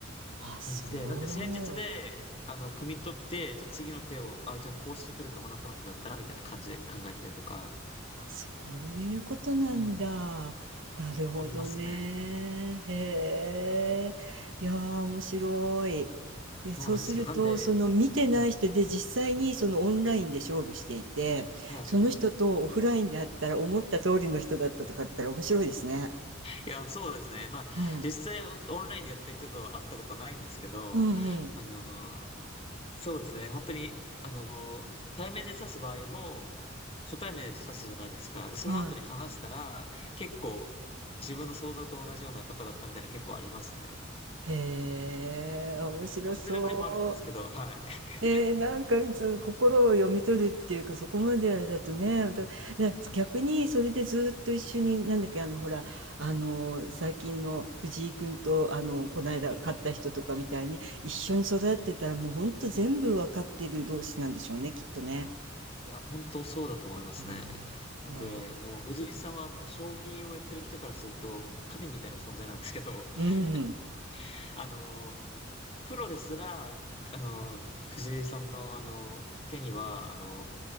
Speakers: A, on the right; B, on the left.
A: あそう
B: 感じで、なんで戦術で、あの、汲み取って、じゃあ次の手を、あ、じゃあこうしてくるかもな、この人だったら、みたいな感じで考えたりとか、
A: そういうことなんだ。
B: はい、
A: なるほどね。
B: ありますね。
A: へえ。いやー、面白い。で、
B: そうなんですよ。
A: そうすると、
B: なんで、
A: その見てない人で実際にそのオンラインで勝負していて、
B: はい、はい。
A: その人とオフラインだったら思った通りの人だったとかだったら面白いですね。
B: いや、そうですね。まあ、
A: うん。
B: 実際オンラインでやった人と会ったことはないんですけど、
A: うんうん。
B: あのー、そうですね。本当に、あのー、対面で指す場合も、初対面で指すじゃないですか。で、その後に話したら、
A: はい。
B: 結構、自分の想像と同じような方だったみたいな結構ありますね。
A: へえ、面白そう。
B: 外れる場合もあるんですけど、はい。<laughs>
A: えー、なんかそう心を読み取るっていうかそこまでだとねだだ
B: はい。
A: 逆にそれでずっと一緒になんだっけあのほらあの最近の藤井君とあのこの間勝った人とかみたいに一緒に育ってたらもうほんと全部わかってる同士なんでしょうねきっとね。
B: はいはいはい。いや、本当そうだと思いますね。
A: うんわあ、
B: なんで、もう藤井さんはもう将棋をやってる人からすると、神みたいな存在なんですけど、
A: うん、
B: <laughs> あの、プロですら、あの、藤井さんのあの、手には、あの、